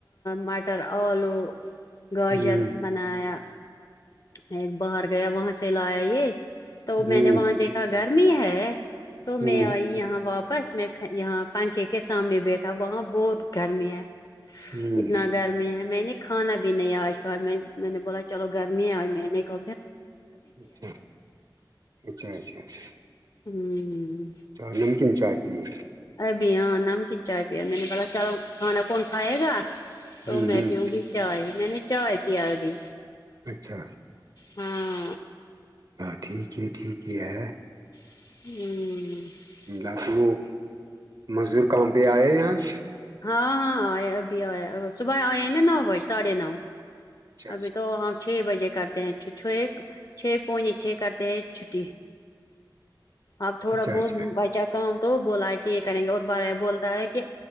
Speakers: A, on the left (about 50°); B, on the right (about 50°).
A: مٹر آلو گاجر
B: ہوں
A: بناایا میں باہر گیا وہاں چلایا یہ تو
B: ہوں
A: میں نے وہاں دیکھا گرمی ہے تو میں
B: ہوں
A: آئی یہاں واپس میں یہاں پنکھے کے سامنے بیٹھا وہاں بہت گھر میں ہے
B: ہوں
A: اتنا گرمی ہے میں نے کھانا بھی نہیں آج تھا میں میں نے بولا چلو گرم می آ میں نہیں کر د
B: اچھا اچھا اچھا اچھا
A: ہوں
B: چاہ نمکین چائے پیے
A: ارب ہاں نمکن چائے پیا میں نے ب چلو کھانا کون کھائے گا تو
B: ہوں
A: میں
B: ہوں
A: پیوں گی چائے میں نے چائے پ ابھی
B: اچھا
A: ہاں
B: ہاں ٹھیک ہے ٹھیک ہے ہے
A: ہوں ہوں
B: ملا تو وہ مزدور کام پہ آئے ہیں آج
A: ہاں ہاں آ اب آ صبح آئے ہیں نا نو بجے ساڑھے نو
B: اچھا اچھا
A: ابھی تو ہم چھ بجے کرتے ہیں چھ چھ پونے چھ کرتے ہیں چھٹی آپ تھوڑا
B: اچھا
A: بہت
B: اچھا
A: بائ چ کام تو بولا ہے کہ یہ کریں گے اور بارے میں بولتا ہے کہ